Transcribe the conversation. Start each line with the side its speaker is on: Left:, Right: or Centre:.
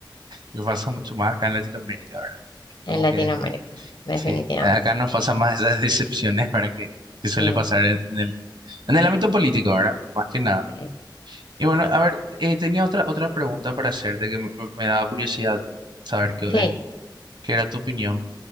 Right: y pasa mucho más acá en Latinoamérica, ¿verdad? Como
Left: en Latinoamérica,
Right: que
Left: definitivamente.
Right: Sí, acá nos pasan más esas <laughs> decepciones, ¿verdad? Que, que suele
Left: Sí,
Right: pasar en, en el, en el ámbito político, ¿verdad? Más que nada.
Left: sí.
Right: Y bueno, a ver, eh, tenía otra, otra pregunta para hacerte que me, me- me daba curiosidad saber qué,
Left: Sí,
Right: eh, qué era tu opinión.